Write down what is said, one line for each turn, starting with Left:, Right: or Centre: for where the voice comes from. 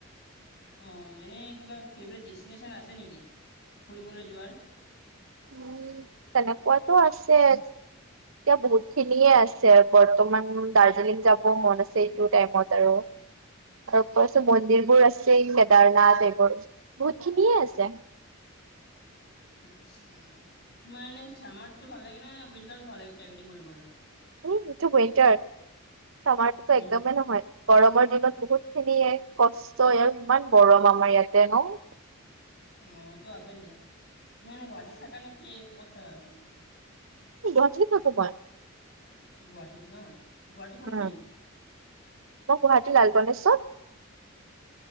Left: অ', এনে কিবা ফেভৰেট ডেষ্টিনেশ্যন আছে নেকি, ফুৰিবলৈ যোৱাৰ?
Right: উম, তেনেকুৱাটো আছে। এতিয়া বহুত খিনিয়ে আছে, বৰ্তমান দাৰ্জিলিং যাব মন আছে এইটো টাইমত আৰু। তাৰ ওপৰত চোন মন্দিৰ বোৰ আছেই, কেদাৰনাথ এইবোৰ বহুত খিনিয়ে আছে।
Left: আচ্ছা, তোমাৰ এনেই ছামাৰটো ভাল লাগে নে, উইণ্টাৰটো ভাল লাগে ট্ৰেভেলিং কৰিবলৈ?
Right: উ, এইটো উইন্টাৰ চামাৰটোটো
Left: উইন
Right: একদমেই নহয়। গৰমৰ দিনত বহুত খিনি কষ্ট আৰু ইমান গৰম আমাৰ ইয়াতে ন'!
Left: গৰমতো আছে দিয়া, তুমি এনে গুৱাহাটীত থাকা নেকি ক'ত থাকা তুমি?
Right: গুৱাহাটীতে থাকো মই।
Left: গুৱাহাটীত ন' গুৱাহাটী কোন
Right: উম,
Left: খিনিত?
Right: মই গুৱাহাটীৰ লাল গণেশ্বত।